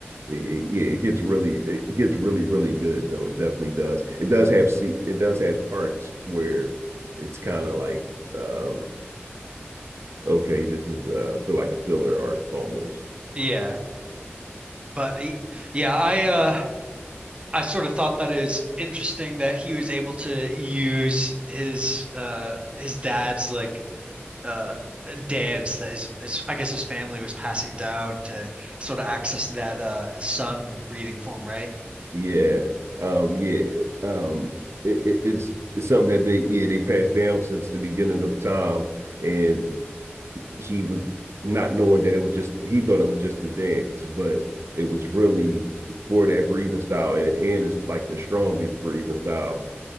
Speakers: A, on the right; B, on the right.
A: it, it, yeah, it gets really it gets really, really good though. It definitely does. It does have see it does have arcs where it's kind of like um okay, this is uh feel like a filler arc almost.
B: yeah. But he, yeah, I uh I sort of thought that is interesting that he was able to use his uh his dad's like uh dance that is is I guess his family was passing down to sort of access that uh sun breathing form, right?
A: Yeah. Um, yeah. Um, it, it- it's, it's something that they, yeah, they passed down since the beginning of time. And he was not knowing that it was just, he thought it was just a dance, but it was really for that breathing style. And, and it's like the strongest breathing style.